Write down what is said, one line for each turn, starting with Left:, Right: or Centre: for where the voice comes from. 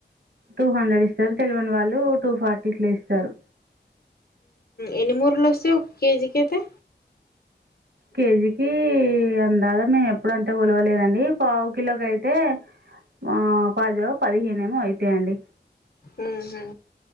Right: టూ హండ్రెడ్ ఇస్తారు తెలివని వాళ్ళు టూ ఫార్టీ ఇట్ల ఇస్తారు
Left: ఇని మూరు తులసి ఒక కేజీ కతే
Right: కేజీకి అందాదా మేము ఎప్పుడంతా గొలవలేదండి పావు కిలోకి అయితే ఆ పాదో పదిహేనే ఏమో అయితాయండి
Left: ఊహూ